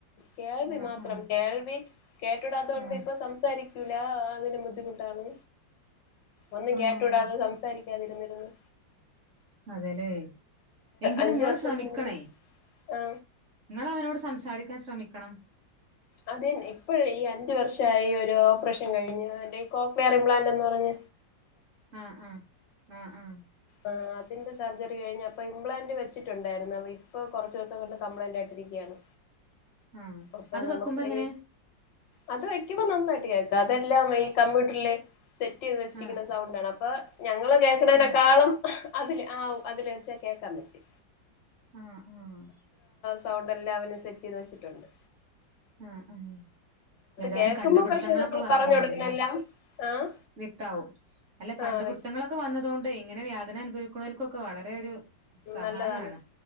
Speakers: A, on the left (about 75°); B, on the right (about 45°).
A: കേൾവി
B: ആഹ്
A: മാത്രം
B: ആഹ്
A: കേൾവി കേട്ടുടാത്തോണ്ട്
B: ആഹ്
A: ഇപ്പ സംസാരി ക്കൂലാ... അതിനും ബുദ്ധിമുട്ടാണ്. ഒന്നും
B: ആഹ്
A: കേട്ടുടാന്ന് സംസാരി ക്കാതിരുന്നിരുന്ന്.
B: അതേല്ലേ. എങ്കിലും
A: അഞ്ചു
B: നിങ്ങള്
A: വർഷത്തിന്
B: ശ്രമി ക്കണെ
A: മുന്നേ ആ
B: ഇങ്ങള് അവനോട് സം സാരിക്കാൻ ശ്രമിക്കണം.
A: അതെന്ന് ഇപ്പഴി ഈ അഞ്ചു വർഷായി ഒ രോപ്പറേഷൻ കഴിഞ്ഞു ഡെയ് കോക്ലിയർ ഇംമ്പ്ലാന്റ്ന്ന് പറഞ്ഞ
B: ആ ആ ആ ആ
A: ആ അതിന്റെ സർജറി കഴിഞ്ഞപ്പ ഇംപ്ലാന്റ് വെച്ചിട്ടുണ്ടായിരുന്നു. അപ ഇപ്പ കൊറച്ച് ദിവസം കൊണ്ട് കംപ്ലയിന്റ് ആയിട്ടിരിക്കാണ്
B: ആഹ്
A: അപ്പൊ
B: അത്
A: നമുക്ക്
B: വെക്കുമ്പോ എങ്ങനെ
A: ഈ അത് വയ്ക്കുമ്പോ നന്നായിട്ട് കേക്കും തതെല്ലാം ഈ കമ്പ്യൂട്ടറില് സെറ്റ് ചെയ്ത് വെച്ചിരിക്കുന്ന
B: ആഹ്
A: സൗണ്ടാണ് അപ്പ ഞങ്ങൾ കേൾക്ക്ണേ
B: ആഹ്
A: അതില് ആ അതില് വെച്ചാ കേൾക്കാൻ പറ്റി
B: ആഹ് ആഹ്
A: സൗണ്ടെല്ലാം അവന് സെറ്റീത് വെച്ചിട്ടൊണ്ട്
B: ആഹ് ആഹ് ഏതായാലും
A: കേൾക്കുമ്പോ
B: കണ്ട്പിട്ത്തങ്ങളൊക്കെ
A: പക്ഷെ നമ്മള്
B: വന്നതോണ്ട്ലെ
A: പറഞ്ഞു കൊടുക്കുന്നെല്ലാം ആഹ്
B: വെക്താവും അല്ല കണ്ട്പിട്ത്തങ്ങളൊക്കെ
A: ആഹ് വെക്ക
B: വന്നതോണ്ടെയ് ഇങ്ങനെവ്യാധന അനുഭവിക്കുന്നോൽക്കൊക്കെ വളരെ ഒര് സഹായാണ്
A: നല്ലതാണ്